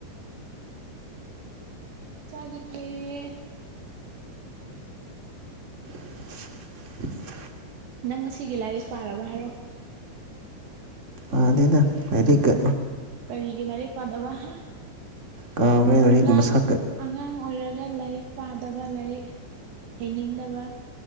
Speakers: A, on the right; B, on the right.
A: ꯃꯤ ꯃꯆꯥꯗꯤ ꯐꯩꯌꯦ
B: <unintelligible>
A: ꯅꯪ ꯉꯁꯤꯒꯤ ꯂꯥꯏꯔꯤꯛ ꯄꯥꯔꯕ ꯍꯥꯏꯔꯣ
B: ꯄꯥꯗꯦꯗ ꯂꯥꯢꯔꯤꯛꯀꯥ
A: ꯀꯔꯤꯒꯤ ꯂꯥꯢꯔꯤꯛ ꯄꯥꯗꯕ ꯍꯥ
B: ꯀꯥꯎꯈ꯭ꯔꯦ ꯂꯥꯏꯔꯤꯛ
A: ꯑꯉꯥꯡ
B: ꯃꯁꯛꯀ
A: ꯑꯉꯥꯡ ꯑꯣꯏꯔ ꯒ ꯂꯥꯏꯔꯤꯛ ꯄꯥꯗꯕ ꯂꯥꯏꯔꯤꯛ ꯍꯩꯅꯤꯡꯗꯕ